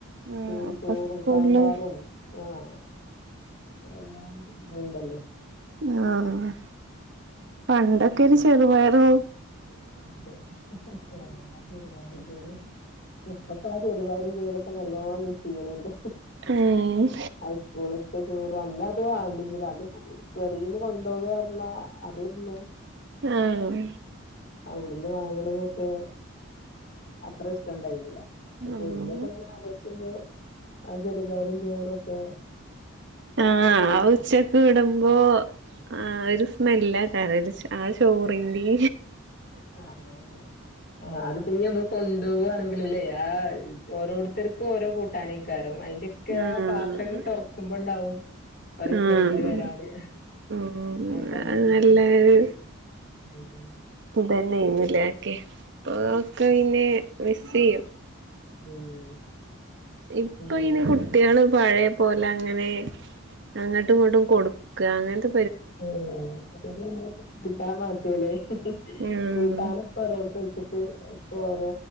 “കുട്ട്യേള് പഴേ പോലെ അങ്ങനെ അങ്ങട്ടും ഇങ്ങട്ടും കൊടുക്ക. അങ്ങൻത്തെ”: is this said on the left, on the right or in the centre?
Right